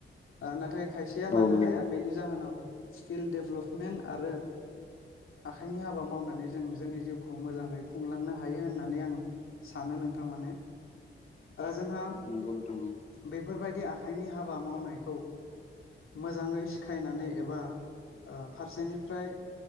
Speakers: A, on the left; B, on the left.
A: ओ नाथाय खायसेया
B: औ
A: लानो
B: नंगौ
A: हाया बेनि जाहोनाव स्किल दडेभेलपमेन्ट आरो आखाइनि हाबा मावनानै जों जोंनि जिउखौ मोजाङै खुंलांनो हायो होननानै आं सानो। नोंथां माने जोंहा
B: नंगौ नोंथां
A: बेफोरबायदि आखाइनि हाबा मावनायखौ मोजाङै सिखायनानै एबा ओ फारसेनिफ्राय